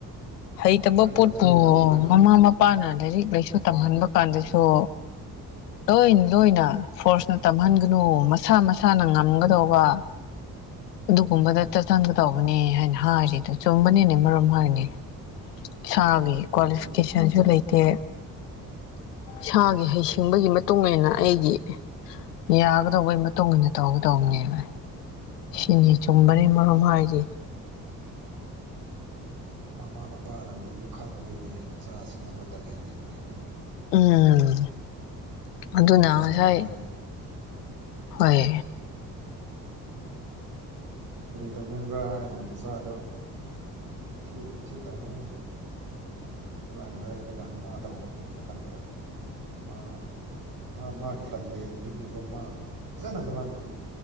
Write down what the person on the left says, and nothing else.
ꯍꯩꯇꯕ ꯄꯣꯠꯄꯨ
ꯃꯃꯥ ꯃꯄꯥꯅ ꯂꯥꯏꯔꯤꯛ ꯂꯥꯏꯁꯨ ꯇꯝꯍꯟꯕ ꯀꯥꯟꯗꯁꯨ ꯂꯣꯏ ꯂꯣꯏꯅ ꯐꯣꯔꯁꯅ ꯇꯝꯍꯟꯒꯅꯨ ꯃꯁꯥ ꯃꯁꯥꯅ ꯉꯝꯒꯗꯧꯕ
ꯑꯗꯨꯒꯨꯝꯕꯗ ꯇꯠꯊꯟꯒ ꯇꯧꯕꯅꯦ ꯍꯥꯏꯅ ꯍꯥꯏꯔꯤꯗꯣ ꯆꯨꯝꯕꯅꯤꯅꯦ ꯃꯔꯝ ꯍꯥꯏꯅꯤ ꯏꯁꯥꯒꯤ ꯀ꯭ꯋꯥꯂꯤꯐꯤꯀꯦꯁꯟꯁꯨ
ꯂꯩꯇꯦ
ꯁꯥꯒꯤ ꯍꯩꯁꯤꯡꯕꯒꯤ ꯃꯇꯨꯡ ꯃꯇꯨꯡꯏꯟꯅ ꯑꯩꯒꯤ ꯌꯥꯒꯗꯧꯕꯒꯤ ꯃꯇꯨꯡ ꯏꯟꯅ ꯇꯧꯒꯗꯧꯕꯅꯦꯕ ꯁꯤꯅꯤꯁꯨ ꯁꯨꯝ ꯃꯔꯦꯛ ꯃꯍꯥꯎ ꯍꯥꯏꯗꯤ
ꯎꯝ ꯑꯗꯨꯅ
ꯉꯁꯥꯏ
ꯍꯣꯏ